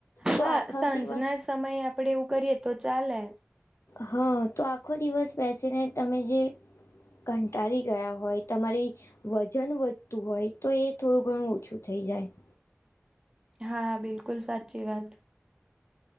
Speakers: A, on the left; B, on the right.
A: તો
B: હા
A: આખો
B: સાંજના
A: દિવસ
B: સમયે આપડે એવું કરીએ તો ચાલે.
A: હા. તો આખો દિવસ બેસીને તમે જે કંટાળી ગયા હોય, તમારી વજન વધતું હોય તો એ થોડું ઘણું ઓછું થઈ જાય.
B: હા, બિલકુલ સાચી વાત.